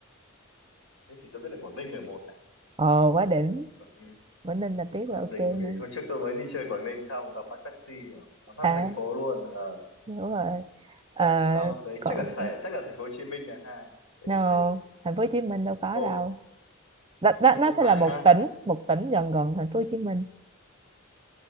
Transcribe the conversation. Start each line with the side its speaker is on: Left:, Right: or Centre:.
Left: thế thì tôi biết là Quảng Ninh là một này
Right: ồ quá đỉnh
Left: Quảng Ninh
Right: Quảng Ninh là biết
Left: Quảng
Right: là ok
Left: Ninh
Right: nè
Left: bởi vì hồi trước tôi mới đi chơi Quảng Ninh xong gặp bác taxi mà có năm
Right: à
Left: thành phố luôn ờ
Right: đúng rồi Ờ,
Left: sau tới
Right: còn
Left: chắc là Sài chắc là thành phố Hồ Chí Minh là hai tôi
Right: no
Left: nghĩ thế
Right: thành phố Hồ Chí Minh đâu có đâu
Left: ồ
Right: đó, đó,
Left: không
Right: nó sẽ
Left: phải
Right: là một
Left: ha
Right: tỉnh một tỉnh gần gần thành phố Hồ Chí Minh